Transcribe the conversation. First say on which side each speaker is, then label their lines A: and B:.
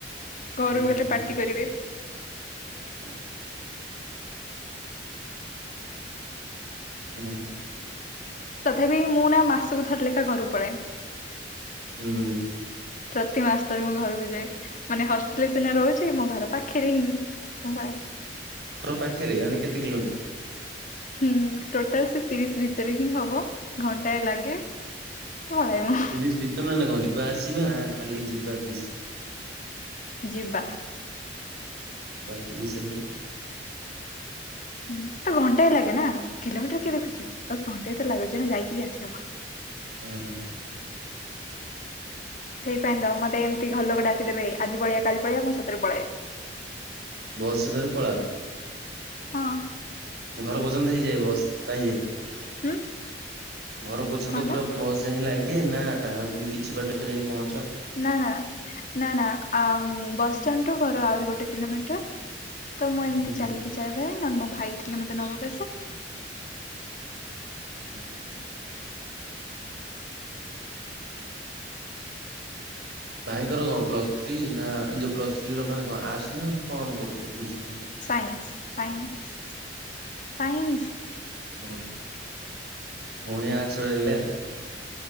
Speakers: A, on the left (about 45°); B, on the right (about 60°).
A: ଘରୁକୁ
B: ହୁଁ
A: ଗଲେ
B: ହୁଁ।
A: ପାାର୍ଟି କରିବେହ
B: <inaudible> ହୁଁ ହୁଁ।
A: ତଥାପି ମୁଁ ନା ମାସକୁ ଥର୍ଲେଖା ଘରୁକୁ ପଳାଏ।
B: ହୁଁ।
A: ପ୍ରତି ମାସରେ ମୁଁ ଘରକୁ ଯାଏ। ମାନେ ହଷ୍ଟେଲ୍ ସିନା ରହୁଚି ମୋ ଘର ପାଖରେ ହିଁ।
B: ଘର ପାଖେରେ ମାନେ କେତେ କିଲୋମିଟର୍।
A: ହୁଁ ଟୋଟାଲ୍ ସେ ତିରିଶ୍ ଭିତରେ ହିଁ ହବ ଘଣ୍ଟାଏ ଲାଗେ ପଳାଏ ମୁଁ।
B: ତିରିଶ୍ ଭିତ ମାନେ କଂ ଯିବା ଆସିବା ଖାଲି ଯିବା ତିରିଶ୍।
A: ଯିବା।
B: ବା ତିରିଶ୍ ହେଲେ।
A: ହୁଁ ତ ଘଣ୍ଟା ଏ ଲାଗେ ନା କିଲୋମିଟର୍ କିଏ ଦେଖୁଛି ବାସ୍ ଘଣ୍ଟା ତ ଲାଗୁଛି ଯାଇକି ବି ଆସି ହବ।
B: ହୁଁ ହୁଁ।
A: ସେଇପାଇଁ ତ ମତେ ଏମ୍ତି ଘର୍ଲୋକ ଡାକିଦେବେ ଆଜି ପଳେଆ କାଲି ପଳେଆ ମୁଁ ସତରେ ପଳାଏ।
B: ବସ୍ରେ ଧରି ପଳାଅ।
A: ହଁ।
B: ଘର ପର୍ଯ୍ୟନ୍ତ ହେଇଯାଏ ବସ୍ ପାଇଯାଏ
A: ହୁଁ।
B: ଘର ପର୍ଯ୍ୟନ୍ତ
A: କଣ ହେଲା
B: ପୁରା ବସ୍ ଯାଇ ଲାଗେ ନା ପୁଣି କିଛି ବାଟରେ ଯାଇ ପହଞ୍ଚ।
A: ନା ନା ନା ନା ଆଁ ବସଷ୍ଟାଣ୍ଡ୍ ରୁ ଘର ଆହୁରି ଗୋଟେ କିଲୋମିଟର୍। ତ ମୁଁ
B: ହୁଁ
A: ଏମ୍ତି
B: ହୁଁ।
A: ଚାଲିକି ଯାଇବାରେ ନହେଲେ ମୋ ଭାଇ ଥିଲେ ମତେ ନବାକୁ ଆସେ।
B: ହୁଁ। ଭାଇଙ୍କର କଣ ପ୍ଲସ୍ ଥ୍ରୀ ନା ଯୋଉ ପ୍ଲସ୍ ଥ୍ରୀ ର ମାନେ କଂ ଆର୍ଟସ୍ ନା କଂ ପଢୁଚନ୍ତି।
A: Science science science.
B: ଭଉଣି ଭଉଣି ଆର୍ସ୍ ରହିଲେ।